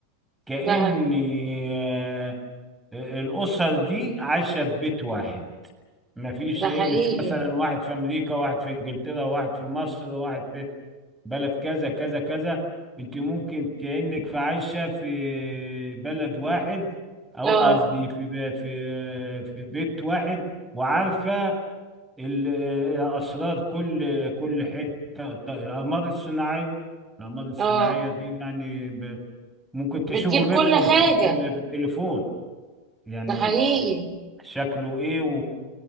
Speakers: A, in the centre; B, on the right.
A: كأن
B: ده
A: آه، آه، الأسر دي عايشة في بيت واحد ما فيش
B: ده
A: ايه
B: حقيقي
A: مش مثلا واحد في امريكا واحد في انجلترا واحد في مصر واحد في بلد كذا كذا كذا انت ممكن كأنك في عايشة في بلد واحد او
B: اه
A: قصدي في ب- في في بيت واحد وعارفة ال- اسرار كل كل حتة الط- الاقمار الصناعية الاقمار الصناعية
B: اه
A: دي يعني ب- ممكن تشوفوا
B: بتجيب
A: بيتكم
B: كل حاجة
A: في التل- في التليفون يعني
B: ده حقيقي
A: شكله ايه و...